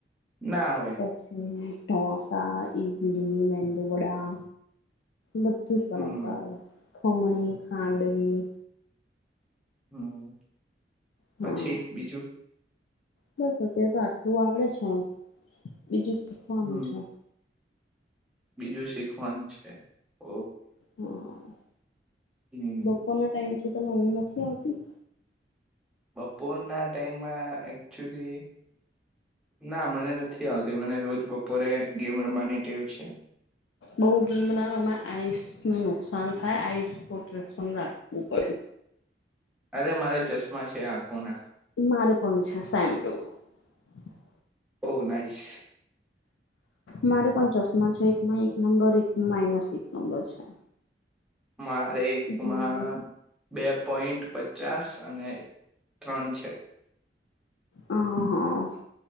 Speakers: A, in the centre; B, on the left.
A: ના હોય
B: પછી ડોસા, ઇડલી, મેંદુવડા બધું જ બનાવતા
A: હમ
B: આવડે. ખમણી, ખાંડવી
A: હમ્મ.
B: હા
A: પછી બીજું
B: બસ, અત્યારે તો આટલું આવડે છે. બીજું શીખવાનું
A: હમ
B: છે.
A: બીજું શીખવાનું છે. ઓ
B: હમ્મ.
A: હમ
B: બપોર ના ટાઈમ છે. તમે ઉઘ નથી આવતી.
A: બપોરના ટાઈમમાં એકચુલી ના મને નથી આવતી મને રોજ બપોરે ગેમ રમવાની ટેવ છે.
B: બહુ ગેમના ના રમાંય આઈસ નુ નુકસાન થાય આઈસ પ્રોટેક્શન રાખવું પડે.
A: અરે મારે ચશ્મા છે આંખોના
B: મારે પણ છે સેમ ટુ.. હ.
A: Oh nice.
B: મારે પણચાસમાં છે. એકમાં એક નંબર, એકમાં માઇનસ એક નંબર છે.
A: મારે એકમાં
B: હમ
A: બે પોઈન્ટ પચાસ અને ત્રણ છે.
B: હ હા.